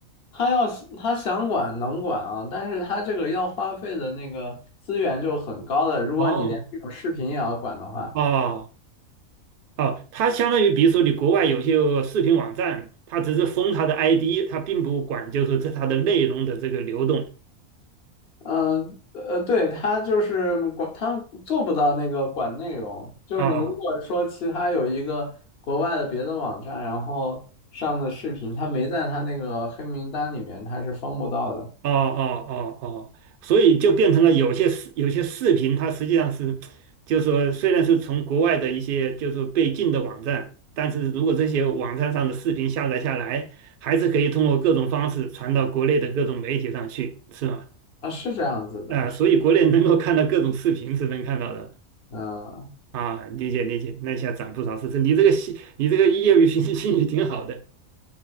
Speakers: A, on the left; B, on the right.
A: 他要是他想管能管啊，但是他这个要花费的那个资源就很高的。如果你连这种视频也要管的话，
B: 哦哦哦，它相当于比如说你国外有些视频网站，它只是封它的 ID，它并不管就是这它的内容的这个流动。
A: 嗯呃呃对，他就是管，他做不到那个管内容。就是你如果说其他有一个国外的别的网站，
B: 哦
A: 然后上的视频，他没在他那个黑名单里面，他是封不到的。
B: 哦哦哦哦，所以就变成了有些视有些视频，它实际上是，就是说虽然是从国外的一些就是说被禁的网站，但是如果这些网站上的视频下载下来，还是可以通过各种方式传到国内的各种媒体上去，是吗？
A: 啊，是这样子的，
B: 啊，所以国内能够看到各种视频是能看到的
A: 嗯。
B: 啊，理解理解，那一下涨不少是是，你这个兴，你这个业余兴兴趣挺好的